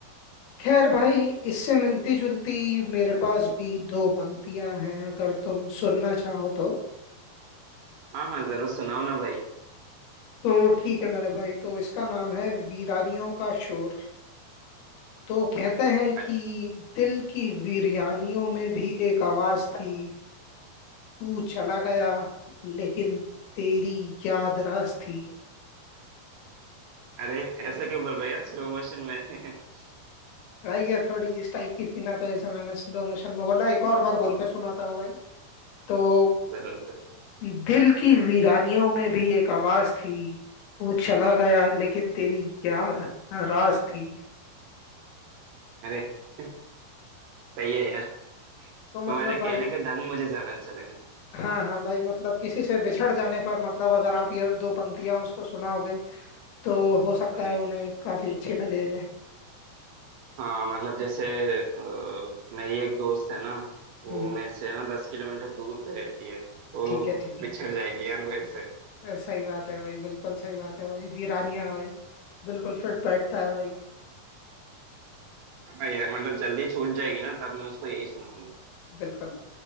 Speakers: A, on the left (about 75°); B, on the right (about 80°).
A: खैर भाई इससे मिलती जुलती मेरे पास भी दो पंक्तियां हैं अगर तुम सुनना चाहो तो
B: हाँ हाँ जरूर सुनाओ ना भाई
A: तो ठीक है मेरे भाई तो इसका नाम है वीरानियों का शोर तो कहते हैं कि
B: अ-
A: दिल की वीरानियों में भी एक आवाज थी तू चला गया लेकिन तेरी याद रास थी
B: अरे ऐसा क्यों बोल रहे हो यार स्लो मोशन में <laughs>
A: भाई ये थोड़ी इस टाइप की थी ना तो इसे मैंने स्लो मोशन में बोला एक और बार बोल के सुनाता हूँ भाई तो
B: जरूर जरूर
A: दिल की वीरानियों में भी एक आवाज थी तू चला गया लेकिन तेरी याद राज थी
B: अरे <laughs> सही है यार
A: तो मतलब
B: तुम्हारे
A: भाई
B: कहने का ढंग मुझे ज्यादा अच्छा लगा
A: हाँ हाँ भाई मतलब किसी से बिछड़ जाने पर मतलब अगर आप ये दो पंक्तियां उसको सुनाओगे तो हो सकता
B: अरे
A: है उन्हें काफी अच्छी लगे ये।
B: हाँ मतलब जैसे अ, मेरी एक दोस्त है ना वो
A: हम्म
B: मेरे से ना दस किलोमीटर दूर पे रहती है तो
A: ठीक है ठीक
B: बिछड़
A: है
B: जाएगी यार मेरे से
A: अ, सही बात है भाई बिल्कुल सही बात है भाई वीरानिया भाई बिल्कुल फिट बैठता है भाई
B: हाँ यार मतलब जल्दी छूट जाएगी ना तब मैं उसको यही सुनाऊंगा
A: बिल्कुल